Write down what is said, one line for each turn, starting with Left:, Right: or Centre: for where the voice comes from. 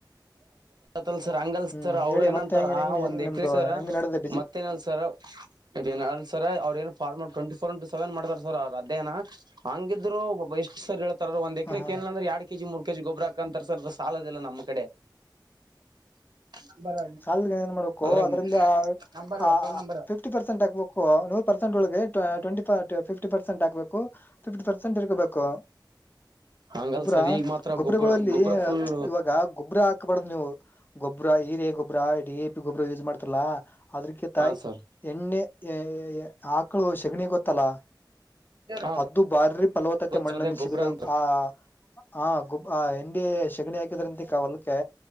Right: ತಲ್ ಸರ್ ಹಂಗಲ್ಸರ್
Left: ಹ್ಮ್
Right: ಅವ್ರು
Left: ಹೇಳಿ
Right: ಏನಂತಾರ
Left: ಮತ್ತೆ ಹೆಂಗ ಹೆಂಗ ಏನ್
Right: ಒಂದ್ ಎಕ್ರೆ
Left: ನಿಮ್ದು
Right: ಸರ್
Left: ಹೆಂಗ್ ನಡೆದ ಬಿಸಿ
Right: ಮತ್ತೇನಲ್ಸರ್ಸರ್ ಇರೆನ್ ಅಲ್ ಸರ್ ಅವ್ರ ಏನ್. Farmer twenty four into seven ಮಾಡ್ತಾರೆ ಸರ್ ಅವ್ರು ಅಧ್ಯಯನ ಹಂಗಿದ್ರು ಬ ಎಷ್ಟು ಸರ್ ಹೇಳ ಸರ್‌ ಅದು ಒಂದ್ ಎಕ್ರೆಕ್ಕೇನಿಲ್ಲಂದ್ರೆ
Left: ಹ ಹಾ
Right: ಯಾ ಕೆಜಿ ಮೂರ್ ಕೆಜಿ ಗೊಬ್ಬ್ರ ಹಾಕಂತರ್ಸರ್ ಸಾಲದಿಲ್ಲ ನಮ್ಮ ಕಡೆ. ನಂಬರ್
Left: ಸಾಲ ಏನ್ ಮಾಡ್ಬೇಕು
Right: ನಂಬರ್
Left: ಅದ್ರಲ್ಲಿ ಆ
Right: ನಂಬರ್
Left: ಆ
Right: ಫೋನ್ ನಂಬರ್
Left: ಫಿಫ್ಟಿ ಪರ್ಸೆಂಟ್ ಹಾಕ್ಬೇಕು ನು ಪರ್ಸೆಟ್ ಒಳಗೆ. ಟ್ವೆಂಟಿ ಫ ಫಿಫ್ಟಿ ಪರ್ಸೆಂಟ ಹಾಕ್ಬೇಕು ಫಿಫ್ಟಿ ಪರ್ಸೆಂಟ್ ಇರ್ಗಬೇಕು.
Right: ಹಂಗಲ್
Left: ಗೊಬ್ಬ್ರ
Right: ಸರ್ ಈಗ ಮಾತ್ರ
Left: ಗೊಬ್ಬ್ರಗಳಲ್ಲಿ
Right: ಗೊಬ್ಬ್ರ ಗೊಬ್ಬ್ರ ಫುಲ್
Left: ಇವಾಗ ಗೊಬ್ಬ್ರ ಹಾಕ್ಬಾರ್ದ ನೀವು ಗೊಬ್ಬ್ರ ಈ. ಎ ಗೊಬ್ರಾ ಡಿ ಎ. ಗೊಬ್ಬರ ಯೂಸ್ ಮಾಡ್ತಲ್ಲಾ ಅದ್ರಕ್ಕೆ ತಾಯಿ
Right: ಹಾ ಸರ್
Left: ಎಣ್ಣೆ. ಏ ಏ ಏ ಆಕ್ಳು ಶಗಣಿ ಗೊತ್ತಲ್ಲಾ.
Right: ಹ
Left: ಅದ್ದು ಭಾರಿ ಫಲವತ್ತತೆೆ
Right: ಗೊತ್ತರದೇ
Left: ಮಣ್ಣಲ್ಲಿ
Right: ಗೊಬ್ಬ್ರ
Left: ಸಿಗದ
Right: ಅಂತ
Left: ಆ ಆ ಗುಬ್ ಆ ಹೆಂಡಿ ಶೆಗಣಿ ಹಾಕಿದ್ರಂತಿಕಾ ಹೊಲಕ್ಕೆ